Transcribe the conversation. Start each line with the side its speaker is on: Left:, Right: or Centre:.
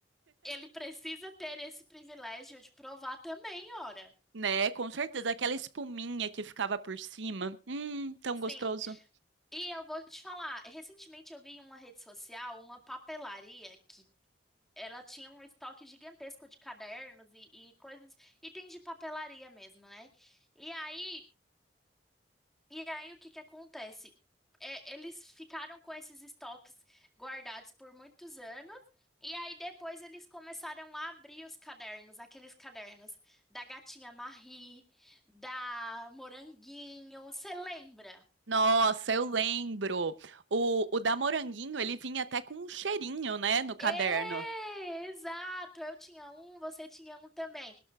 Centre: Ele precisa ter esse privilégio de provar também, ora.
Right: Né, com certeza, aquela espuminha que ficava por cima, hum, tão
Centre: Sim.
Right: gostoso.
Centre: E eu vou te falar, recentemente eu vi em uma rede social uma papelaria que ela tinha um estoque gigantesco de cadernos e, e coisas, itens de papelaria mesmo, né? E aí, e aí o que que acontece? É, eles ficaram com esses estoques guardados por muitos anos, e aí depois eles começaram a abrir os cadernos, aqueles cadernos da Gatinha Marie, da Moranguinho, você lembra?
Right: Nossa, eu lembro. O, o da Moranguinho, ele vinha até com um cheirinho, né, no caderno.
Centre: É, exato. Eu tinha um, você tinha um também.